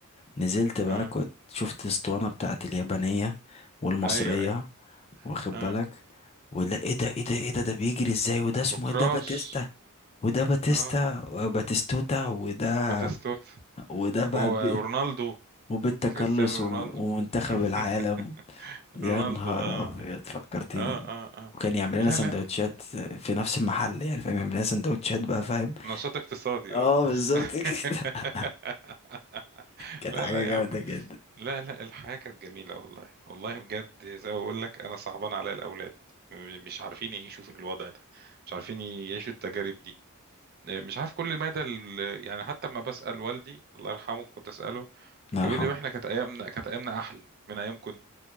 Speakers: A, on the left (about 25°); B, on the right (about 45°).
A: نزلت بقى
B: اه
A: كنت شفت الاسطوانة بتاعت اليابانية والمصرية
B: ايوه ايوه
A: واخد
B: اه
A: بالك ولا ايه ده ايه ده ايه ده ده بيجري ازاي وده اسمه
B: وكراش
A: ايه ده باتيستا وده باتيستا
B: اه
A: باتيستوتا وده
B: باتيستوتا
A: وده بقى
B: و- ورونالدو
A: وبالتكلس
B: كريستيانو
A: وم-
B: رونالدو
A: ومنتخب
B: <laughs>
A: العالم يا
B: رونالدو
A: نهار
B: اه
A: أبيض فكرتني
B: اه اه اه
A: وكان يعمل لنا
B: لا
A: سندوتشات
B: لا
A: في نفس المحل يعني فاهم يعمل لنا سندوتشات بقى فاهم
B: نشاط اقتصادي
A: اه
B: اه
A: بالظبط كده
B: <laughs>
A: <laughs> كانت
B: لا
A: حاجة
B: لا
A: جامدة
B: يا عم
A: جدا
B: لا لا الحياة كانت جميلة والله والله بجد زي ما بقول لك انا صعبان عليا الاولاد م- مش عارفين يعيشوا في الوضع ده مش عارفين يعيشوا التجارب دي آه، مش عارف كل مدى ال- يعني حتى لما بسأل والدي الله يرحمه كنت أسأله
A: الله
B: يقول
A: يرحمه
B: لي واحنا كانت ايامنا كانت ايامنا احلى من ايامكم